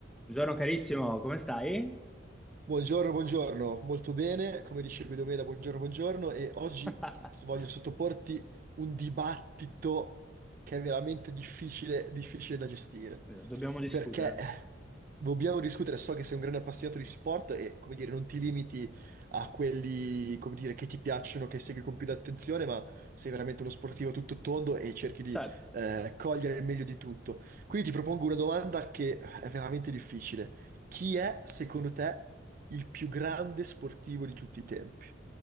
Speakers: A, in the centre; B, on the right.
A: Buongiorno carissimo, come stai?
B: Buongiorno, buongiorno, molto bene, come dicevi Guidomeda, buongiorno, buongiorno e oggi
A: <laughs>
B: s- voglio sottoporti un dibattito che è veramente difficile, difficile da gestire,
A: Dobbiamo discutere.
B: perché eh, dobbiamo discutere, so che sei un grande appassionato di sport e, come dire, non ti limiti a quelli, come dire, che ti piacciono, che segui con più attenzione, ma sei veramente uno sportivo tutto tondo e cerchi di
A: Cioè, in
B: eh, cogliere il meglio di tutto. Quindi ti propongo una domanda che è veramente difficile. Chi è, secondo te, il più grande sportivo di tutti i tempi.